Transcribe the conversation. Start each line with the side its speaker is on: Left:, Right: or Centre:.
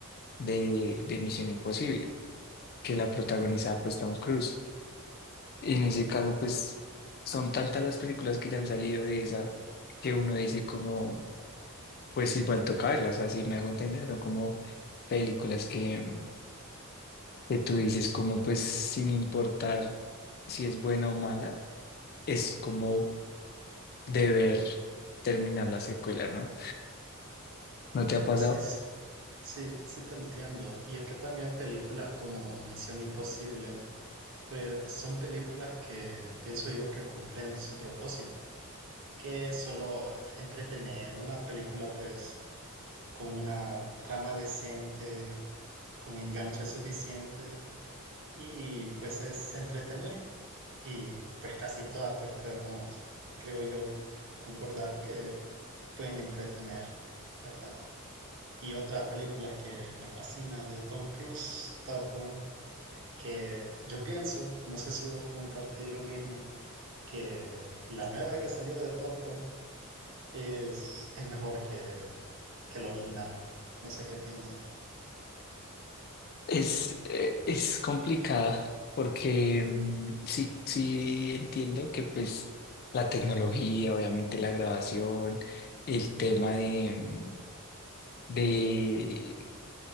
Left: de, de Misión Imposible, que la protagoniza pues Tom Cruise. Y en ese caso, pues son tantas las películas que ya han salido de esa que uno dice como, pues igual toca verlas, así me hago entender, son como películas que, que tú dices como, pues sin importar si es buena o mala, es como deber terminar la secuela, ¿no? ¿No te ha
Right: Y
Left: pasado?
Right: sí, sí, sí, sí te entiendo. Y es que también películas como Misión Imposible, pues son películas que pienso yo que cumplen su propósito. que solo entretener una película pues con una trama decente, con enganche suficiente y pues es entretener y pues casi todas pues podemos, creo yo, concordar que pueden entretener, ¿verdad? Y otras películas que me fascina de Tom Cruise, Top Gun, que yo pienso, no sé si vos compartís lo mismo, que la nueva que salió de Top Gun es, es mejor que, que el original. No sé qué piensas.
Left: Es, eh, es complicada porque mm, sí, sí entiendo que pues la tecnología, obviamente la grabación, el tema de, mm, de